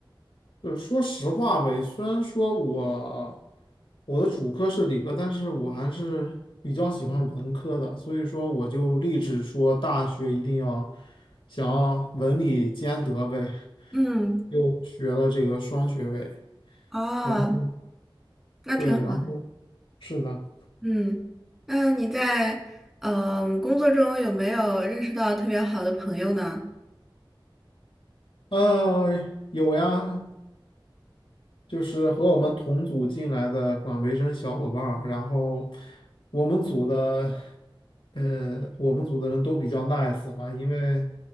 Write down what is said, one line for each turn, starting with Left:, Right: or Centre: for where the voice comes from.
Left: 就说实话呗，虽然说我我的主科是理科，但是我还是比较喜欢文科的，所以说我就立志说大学一定要想要文理兼得呗，
Centre: 嗯，
Left: 又学了这个双学位，
Centre: 啊，
Left: 然后
Centre: 那挺好。
Left: 对，然后是的，
Centre: 嗯，那你在嗯、呃工作中有没有认识到特别好的朋友呢？
Left: 呃，有呀，就是和我们同组进来的管培生小伙伴儿然后我们组的，呃，我们组的人都比较 nice 吧，因为